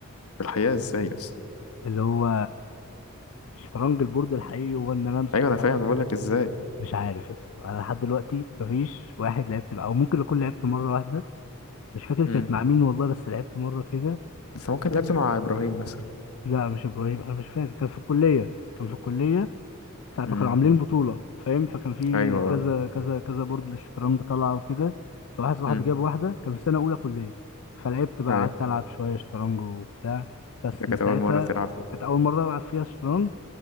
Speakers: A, on the left; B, on the left.
A: في الحقيقة ازاي اصلا
B: اللي هو الشطرنج البورد الحقيقي هو ان انا امسك
A: ايوه
B: واحرك
A: انا فاهم بقول لك ازاي
B: مش عارف يا اسطى انا لحد دلوقتي مفيش واحد لعبت معاه او ممكن اكون لعبت مره واحده مش فاكر كانت
A: مم.
B: مع مين والله بس لعبت مره كده
A: بس ممكن لعبت مع ابراهيم مثلا
B: لا مش ابراهيم انا مش فاكر كان في الكليه كان في الكليه ساعه
A: مم.
B: ما كانوا عاملين بطوله فاهم فكان في
A: ايوه
B: كذا كذا كذا بورد للشطرنج طالعه وكده فواحد صاحبي
A: مم.
B: جاب واحده كان في سنه اولى كليه فلعبت بقى
A: ايوه
B: قعدت العب شويه شطرنج وبتاع بس
A: ده
B: من
A: كانت
B: ساعتها
A: اول مرة تلعب
B: كانت اول مره العب فيها شطرنج